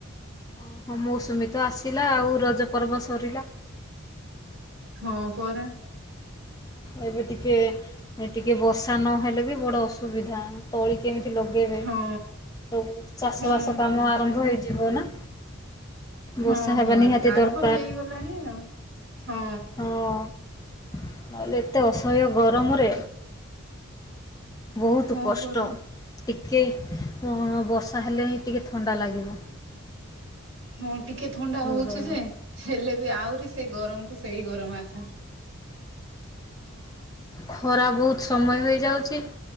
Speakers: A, on the left (about 15°); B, on the right (about 60°).
A: ଓହୋ ମୌସୁମୀ ତ ଆସିଲା ଆଉ ରଜ ପର୍ବ ସରିଲା‌।
B: ହଁ ପରା।
A: ଏବେ ଟିକେ ଟିକେ ବସି ବର୍ଷା ନହେଲେ ବି ବଡ଼ ଅସୁବିଧା ତଳି କେମିତି ଲଗେଇବେ।
B: ହଁ
A: ସବୁ ଚାଷ
B: ହଁ
A: ବାସ କାମ
B: ତ
A: ଆରମ୍ଭ ହେଇଯିବ ନା।
B: ହଁ
A: ବର୍ଷା ହେବା
B: ହଁ ଏବେ
A: ନିହାତି
B: ଆରମ୍ଭ
A: ଦରକାର
B: ହେଇଗଲାଣି ଆଉ ହଁ
A: ହଁ। ନହେଲେ ଏତେ ଅସହ୍ୟ ଗରମରେ ବହୁତ୍
B: ହଁ
A: କଷ୍ଟ।
B: ପରା
A: ଟିକେ ବର୍ଷା ଅ ହେଲେ ହିଁ ଟିକେ ଥଣ୍ଡା ଲାଗିବ।
B: ହଁ। ଟିକେ ଥଣ୍ଡା ହଉଛି
A: ହଁ
B: ଯେ ହେଲେ ବି ଆହୁରି ସେଇ ଗରମକୁ ସେଇ ଗରମ ଏକା।
A: ଖରା ବହୁତ ସମୟ ହେଇଯାଉଛି